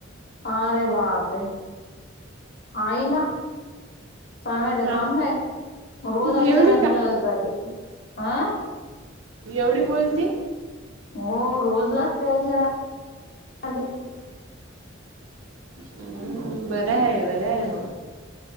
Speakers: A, on the left (about 55°); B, on the right (about 80°).
A: अरे बापरे, आईला. सांगायचं
B: हा
A: काम नाही रोज आईच्या
B: एवढी
A: नादी
B: का
A: लागत जाते हं!
B: एवढी बोलते.
A: हो रोज लागते आईच्या नादी.
B: हूं बरं आहे बरं आहे बॉ.